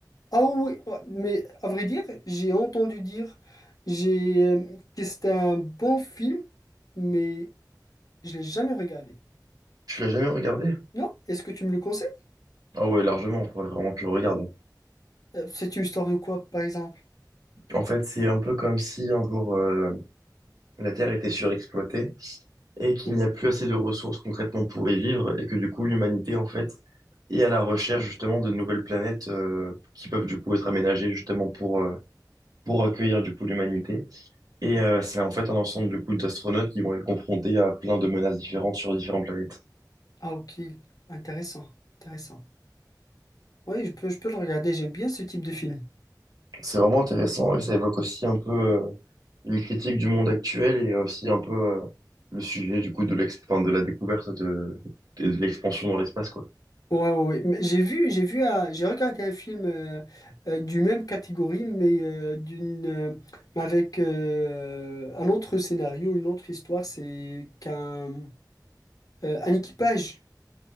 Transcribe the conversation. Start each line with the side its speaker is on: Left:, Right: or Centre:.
Left: Ah oui, ah, mais à vrai dire, j'ai entendu dire j'ai, euh, que c'était un bon film, mais je l'ai jamais regardé.
Right: Tu l'as jamais regardé?
Left: Non? Est-ce que tu me le conseilles?
Right: Ah ouais, largement, il faudrait vraiment que tu le regardes.
Left: Euh, C'est une histoire de quoi, par exemple?
Right: En fait, c'est un peu comme si un jour euh, la Terre était surexploitée et qu'il
Left: Oh,
Right: n'y a plus assez de ressources concrètement pour y vivre et que du coup l'humanité en fait est à la recherche justement de nouvelles planètes euh, qui peuvent du coup être aménagées justement pour euh, pour accueillir du coup l'humanité. Et euh, c'est en fait un ensemble du coup d'astronautes qui vont être confrontés à plein de menaces différentes sur différentes planètes.
Left: Ah, ok. Intéressant. Intéressant. Oui, je peux, je peux le regarder. J'aime bien ce type de film.
Right: C'est vraiment intéressant et ça évoque aussi un peu euh, une critique du monde actuel et aussi un peu euh, le sujet du coup de l'ex enfin, de la découverte de, et de l'expansion dans l'espace quoi.
Left: Ouais, ouais, ouais. Mais J'ai vu, j'ai vu, un- j'ai regardé un film euh, euh, du même catégorie, mais euh, d'une, euh, mais avec euh, un autre scénario, une autre histoire. C'est qu'un euh, un équipage